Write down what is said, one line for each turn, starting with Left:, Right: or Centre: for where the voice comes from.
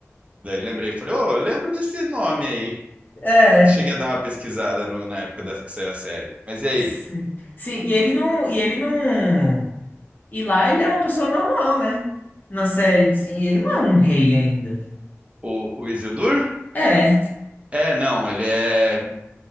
Right: Daí lembrei, falei, ô, eu lembro desse nome aí.
Left: É,
Right: Cheguei a dar uma pesquisada no- na época da, que saiu a série. Mas e aí?
Left: sim. Sim, e ele não, e ele não. E lá ele é uma pessoa normal, né? Na série, sim, ele não é um rei ainda.
Right: O, o Isildur?
Left: É,
Right: É, não, ele é.